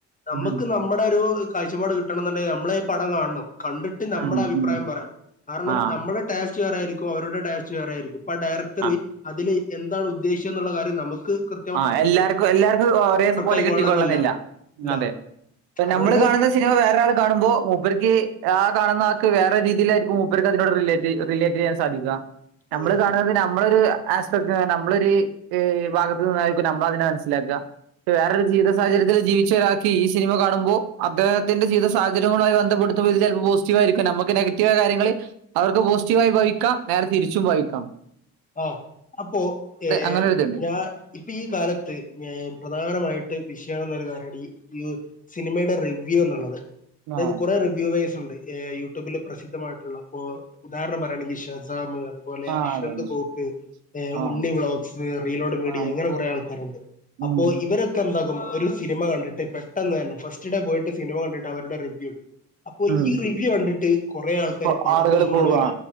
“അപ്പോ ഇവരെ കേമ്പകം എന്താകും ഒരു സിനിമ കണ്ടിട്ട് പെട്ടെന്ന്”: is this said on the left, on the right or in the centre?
Left